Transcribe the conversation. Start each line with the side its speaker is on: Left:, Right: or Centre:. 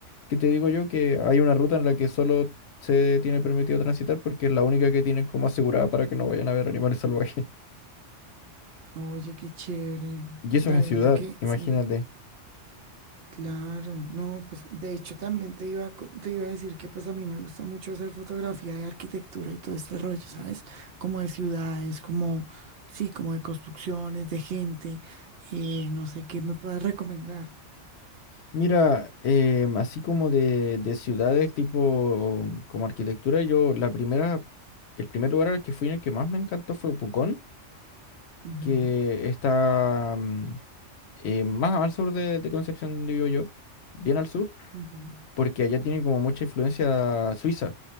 Left: que te digo yo que hay una ruta en la que solo se tiene permitido transitar porque es la única que tienen como asegurada para que no vayan a ver animales salvajes. <laughs>
Right: Oye, qué chévere.
Left: Y eso
Right: La
Left: es en
Right: verdad
Left: ciudad,
Right: que
Left: imagínate.
Right: sí, me- claro. No, pues de hecho también te iba, a co- te iba a decir que pues a mí me gusta mucho hacer fotografía de arquitectura y todo este rollo, ¿sabes? Como de ciudades, como, sí, como de construcciones, de gente. Y no sé qué me puedas recomendar.
Left: Mira, em, así como de, de ciudades tipo como arquitectura, yo la primera, el primer lugar al que fui en el que más me encantó fue Pucón
Right: Ujú,
Left: que está mm, eh, más al sur de, de Concepción, digo yo, bien al sur,
Right: ujú.
Left: porque allá tienen como mucha influencia suiza.